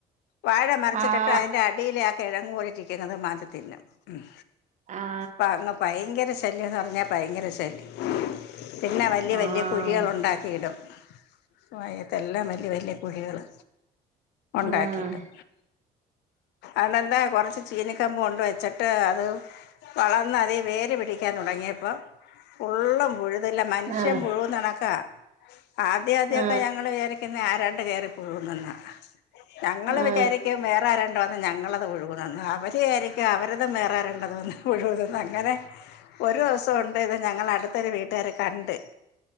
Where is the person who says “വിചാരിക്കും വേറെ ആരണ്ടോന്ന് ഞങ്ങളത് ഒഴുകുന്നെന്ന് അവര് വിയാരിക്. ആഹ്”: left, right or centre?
Left